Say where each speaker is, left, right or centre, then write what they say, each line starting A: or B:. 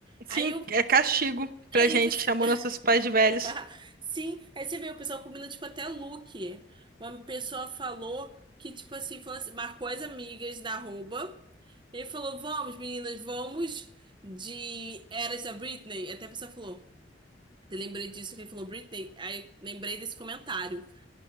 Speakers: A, on the right; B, on the right.
A: Aí
B: Sim,
A: eu.
B: é castigo pra
A: Aí
B: gente
A: você.
B: que chamou
A: <laughs>
B: nossos pais de velhos.
A: Sim, aí você vê o pessoal combina, tipo, até look. Uma pessoa falou que, tipo assim, falou assim, marcou as amigas da arroba. e falou, vamos, meninas, vamos de Eras da Britney. Até a pessoa falou, eu lembrei disso que ele falou Britney. Aí lembrei desse comentário.